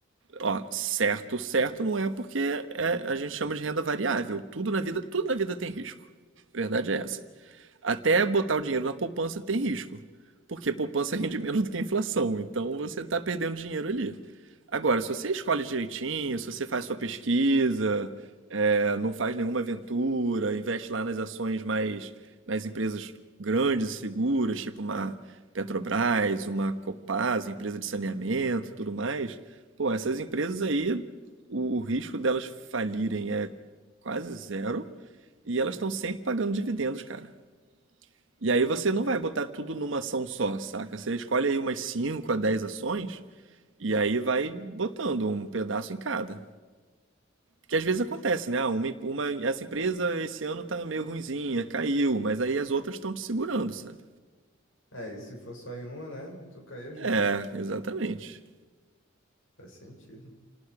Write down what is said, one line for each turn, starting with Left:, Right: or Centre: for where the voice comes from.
Right: Ó, certo, certo não é porque é- a gente chama de renda variável. Tudo na vida, tudo na vida tem risco. Verdade é essa. Até botar o dinheiro na poupança tem risco, porque poupança <laughs> rende menos do que a inflação, então você está perdendo dinheiro ali. Agora, se você escolhe direitinho, se você faz sua pesquisa, é, não faz nenhuma aventura, investe lá nas ações mais, nas empresas grandes e seguras, tipo uma Petrobras, uma Copasa, empresa de saneamento, tudo mais, pô, essas empresas aí, o, o risco delas falirem é quase zero e elas estão sempre pagando dividendos, cara. E aí você não vai botar tudo numa ação só, saca? Você escolhe aí umas 5 a 10 ações e aí vai botando um pedaço em cada. Que às vezes acontece, né? Ah, uma, uma- essa empresa esse ano tá meio ruinzinha, caiu, mas aí as outras estão te segurando, sabe?
Left: É, e se for só em uma, né? Tu caía junto.
Right: É, exatamente.
Left: Faz sentido.